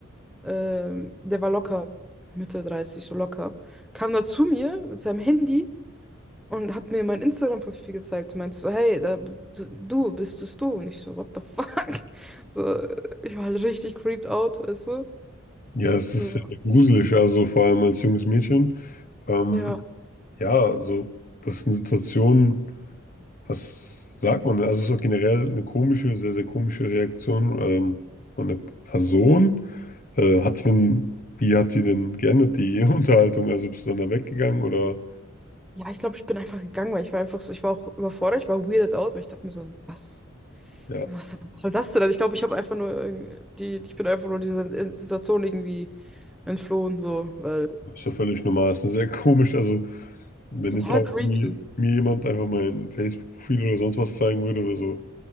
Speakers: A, in the centre; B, on the left (about 40°).
A: Ähm, der war locker Mitte 30, so locker. Kam da zu mir mit seinem Handy und hat mir mein Instagram-Profil gezeigt. und Meinte so, hey, da, du, du bist es du. Und ich so, what the fuck? <laughs> So, ich war halt richtig creeped out, weißt du?
B: Ja, es
A: So,
B: ist sehr, sehr gruselig, also vor allem als junges Mädchen. Ähm,
A: ja.
B: ja, also das ist eine Situation, was sagt man? denn? Also es ist auch generell eine komische, sehr, sehr komische Reaktion ähm, von der Person. Äh, hat die denn, wie hat die denn geendet, die <laughs> Unterhaltung? Also bist du dann da weggegangen oder
A: Ja, ich glaube, ich bin einfach gegangen, weil ich war einfach so, ich war auch überfordert, ich war weirded out, weil ich dachte mir so, was,
B: ja,
A: was, was soll das denn? Also ich glaube, ich habe einfach nur irgendwie- die, ich bin einfach nur dieser Situation irgendwie entflohen, so, weil
B: Ist ja völlig normal. Ist ja sehr komisch. Also, wenn
A: total
B: jetzt auch
A: creepy.
B: mir, mir jemand einfach mein Facebook-Profil oder sonst was zeigen würde, wäre so,